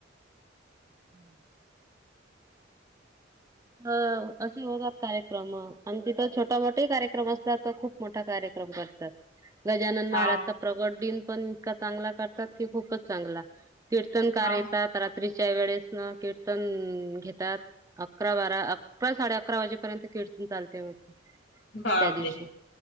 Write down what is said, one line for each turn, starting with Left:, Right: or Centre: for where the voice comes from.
Right: <inaudible> हा असे होतात कार्यक्रम आमच्या तर छोटा मोठा ही कार्यक्रम असतात खूप मोठा कार्यक्रम करतात गजानन
Left: हा
Right: महाराजचा प्रगट दिन पण इतका चांगला करतात की खूपच चांगला कीर्तनकार
Left: हा
Right: येतात रात्रीच्या वेळेस मग कीर्तन घेतात अकरा बारा अकरा साडे अकरा वाजेपर्यंत कीर्तन चालते त्या
Left: बापरे
Right: दिवशी